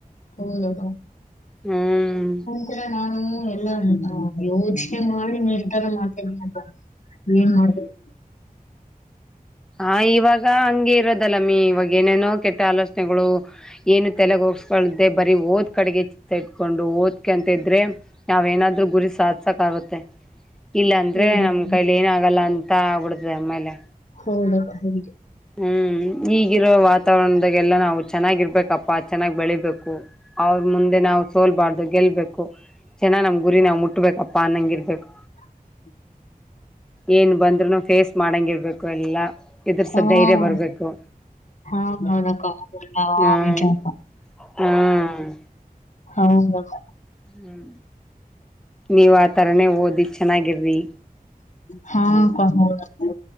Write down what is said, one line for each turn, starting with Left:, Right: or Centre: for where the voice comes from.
Left: ಹೌದಕ್ಕ
Centre: ಹ್ಮ್.
Left: ಇತರ ನಾನು ಎಲ್ಲ ಯೋಚನೆ ಮಾಡಿ ನಿರ್ಧಾರ ಮಾಡ್ತೇನಿ ಅಂತ. ಏನ್ ಮಾಡ್ಬೇಕ್?
Centre: ಹ ಇವಾಗ ಹಂಗೆ ಇರೋದಲ್ಲಮ್ಮಿ ಇವಾಗ ಏನೇನೋ ಕೆಟ್ಟ ಆಲೋಚನೆಗಳು ಏನು ತಲೆಗ ಹೋಗ್ಸ ಳ್ದೆ ಬರೀ ಓದ್ ಕಡೆಗೆ ಚಿತ್ತ ಇಟ್ಕೊಂಡು ಓದ್ ಅಂತ ಇದ್ರೆ ನಾವ್ ಏನಾದ್ರೂ ಗುರಿ ಸಾಧಸಕ್ ಆಗುತ್ತೆ. ಇಲ್ಲಾ ಅಂದ್ರೆ
Left: ಹೌದಕ್ಕ
Centre: ನಮ್ ಕೈಲಿ ಏನ ಆಗಲ್ಲ ಅಂತ ಆಗ್ಬಿಡ್ತದೆ ಆಮೇಲೆ.
Left: ಹೌದದಕ್ಕ ಹೌದು.
Centre: ಹ್ಮ್ ಈಗಿರೋ ವಾತಾವರಣದಾಗೆಲ್ಲ ನಾವು ಚೆನ್ನಾಗಿರ್ಬೇಕಪ್ಪಾ ಚೆನ್ನಾಗ್ ಬೆಳಿಬೇಕು ಅವ್ರ ಮುಂದೆ ನಾವು ಸೋಲ್ಬಾರ್ದು ಗೆಲ್ಬೇಕು ಚೆನ್ನಾಗ್ ನಮ್ ಗುರಿ ನಾವ್ ಮುಟ್ಬೇಕಪ್ಪಾ ಅನ್ನಂಗ ಇರ್ಬೇಕು.
Left: ಹ್ಮ
Centre: ಏನ್ ಬಂದ್ರೂನು ಫೇಸ್ ಮಾಡಂಗಿರ್ಬೇಕು ಎಲ್ಲಾ ಎದರ್ಸೋ
Left: ಹೌದು
Centre: ಧೈರ್ಯ ಬರ್ಬೇಕು.
Left: ಹಾ ಅಕ್ಕಾ ಹೌದ ಅಕ್ಕಾ <unintelligible>
Centre: ಹ್ಮ್
Left: ನಿಜಾ ಅಕ್ಕಾ.
Centre: ಹ್ಮ್
Left: ಹೌದಕ್ಕ.
Centre: ಹ್ಮ ನೀವ್ ಆ ತರಾನೇ ಓದಿ ಚೆನ್ನಾಗಿರ್ರಿ.
Left: ಹಾ ಅಕ್ಕಾ ಹೌದಕ್ಕಾ.